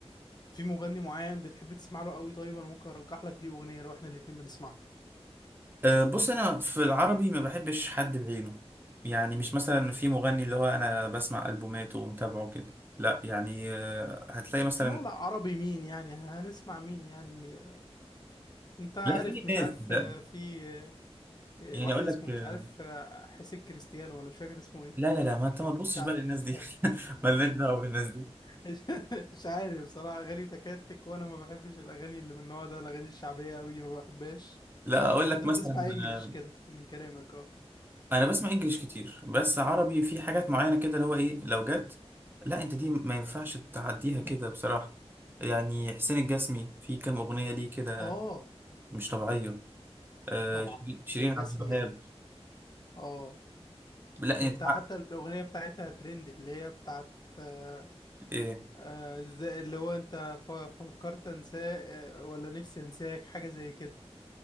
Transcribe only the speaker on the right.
أه، بص انا في العربي ما بحبش حد بعينه يعني مش مثلا في مغني اللي هو انا بسمع البوماته ومتابعه كده لا يعني أه، هتلاقي مثلا
لا في
ناس
ده
يعني
اقول
لك آه،
لا لا لا ما انت ما تبصش
بقى للناس
دي
<laughs> مالناش دعوه بالناس دي
لا اقول لك
مثلا
آه،
انا بسمع انجليش كتير بس عربي في حاجات معينه كده اللي هو ايه لو جت لا انت دي ما ينفعش تعديها كده بصراحه يعني حسين الجسمي في كام اغنيه ليه كده
مش طبيعيه آه،
شيرين شيرين
عبد الوهاب
لا
انت
ايه